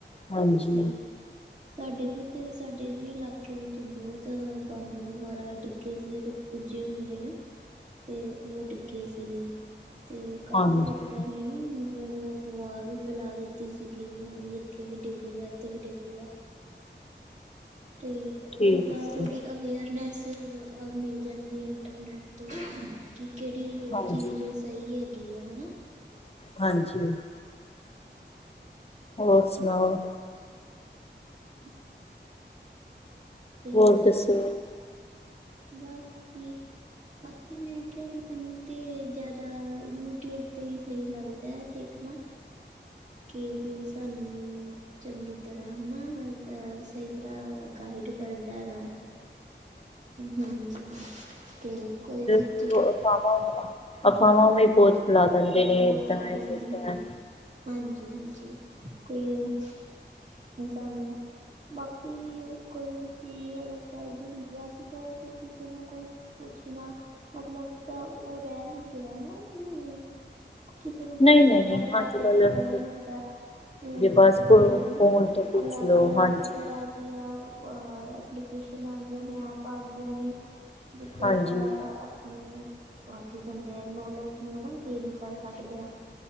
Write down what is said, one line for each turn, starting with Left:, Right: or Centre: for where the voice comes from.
Left: ਹਾਂਜੀ
Right: ਜੀ ਸਾਡੇ ਵੀ ਤੇ ਸਾਡੇ ਵੀ ਇਲਾਕੇ ਵਿੱਚ ਬਹੁਤ ਬੰਬ ਵਗੈਰਾ ਡਿਗੇ ਸੀ ਤੇ ਉਹਦੇ ਪੂਰਜੇ ਹੁੰਦੇ ਨਾ ਤੇ ਉਹ ਡਿੱਗੇ ਸੀਗੇ ਤੇ ਕਾਫੀ
Left: ਹਾਂਜੀ
Right: ਲੋਕਾਂ ਨੇ ਮਤਲੱਬ ਅਫਵਾਹ ਵੀ ਫੈਲਾ ਦਿੱਤੀ ਸੀਗੀ ਵੀ ਹਾਂ ਵੀ ਇੱਥੇ ਵੀ ਡਿੱਗ ਗਿਆ ਇੱਥੇ ਵੀ ਡਿੱਗ ਗਿਆ ਤੇ ਸਾਨੂੰ
Left: ਠੀਕ
Right: ਤਾਂ
Left: ਹੈ
Right: ਥੋੜ੍ਹੀ ਅਵੇਅਰਨੈੱਸ। ਮਿਲ ਜਾਂਦੀ ਹੈ ਇੰਟਰਨੈੱਟ ਤੋਂ ਕਿ ਕਿਹੜੀ
Left: ਹਾਂਜੀ
Right: ਚੀਜ਼ ਸਹੀ ਹੈਗੀ ਹਨਾ
Left: ਹਾਂਜੀ ਹੋਰ ਸੁਣਾਓ
Right: ਹੂੰ। ਤੇ
Left: ਹੋਰ ਦੱਸੋ?
Right: ਬਸ ਜੀ ਅਖੀ ਜੀ ਮੈਂ ਕਿਹਾ ਮੈਨੂੰ ਤੇ ਜ਼ਿਆਦਾ ਯੂਟਿਊਬ ਤੇ ਹੀ ਸਹੀ ਲੱਗਦਾ ਹੈ ਦੇਖਣਾ। ਕੀ ਜੋ ਸਾਨੂੰ ਚੰਗੀ ਤਰ੍ਹਾਂ ਹਨਾ ਸਈ ਤਰ੍ਹਾਂ ਗਾਈਡ ਕਰਦਾ ਹੈਗਾ ਹਾਂਜੀ ਤੇ ਕੋਈ ਵੀ
Left: ਅਫਵਾਵਾਂ
Right: ਚੀਜ਼
Left: ਅਫਵਾਵਾਂ ਨੇ ਬਹੁਤ ਫੈਲਾ ਦਿੰਦੇ ਨੇ
Right: ਬਹੁਤ
Left: ਏਦਾਂ
Right: ਆ
Left: ਹੈ
Right: ਜਾਂਦੀਆਂ
Left: ਏਦਾਂ
Right: ਨੇ ਹਾਂਜੀ ਹਾਂਜੀ ਤੇ ਉਹ। ਹੁਣ ਸਾਨੂੰ ਬਾਕੀ ਵੀ ਕੋਈ ਵੀ ਚੀਜ਼ ਅਗਰ ਚਾਹੀਦੀ ਹੁੰਦੀ ਹੈ ਅੱਜ ਕੱਲ੍ਹ ਤੇ ਕਿਸੇ ਨੂੰ ਕੋਈ। ਪੁੱਛਣਾ ਮਤਲੱਬ ਦਾ ਉਹ ਰਹਿ ਨਹੀਂ ਗਿਆ ਨਾ ਕਿ ਕਿਸੇ ਨੂੰ ਕੀ
Left: ਨਹੀਂ
Right: ਪੁੱਛਣਾ
Left: ਨਹੀਂ
Right: ਸਾਡੇ ਹੱਥ
Left: ਅੱਜ ਕੱਲ
Right: ਚ ਫੋਨ ਹੈਗਾ ਫੋਨ
Left: ਜੇ
Right: ਤੋਂ
Left: ਬਸ
Right: ਪੁੱਛੋ
Left: ਫੋਨ
Right: ਹਨਾ
Left: ਤੋਂ ਪੁੱਛ
Right: ਅਲੱਗ
Left: ਲੋ
Right: ਅਲੱਗ
Left: ਹਾਂਜੀ
Right: ਤਰ੍ਹਾਂ ਦੀਆ ਅ ਐਪਲੀਕੇਸ਼ਨ ਆ ਗਈਆਂ ਨੇ ਐਪ ਆ ਗਈਆਂ ਨੇ। ਜਿੱਦੋਂ
Left: ਹਾਂਜੀ
Right: ਆਪਾਂ ਆਪਣੇ ਬਾਕੀ ਦਿੰਦੇ ਆ ਨੌਲੇਜ ਨੂੰ ਨਾ ਗੇਨ ਕਰ ਸਕਦੇ ਹਾਂ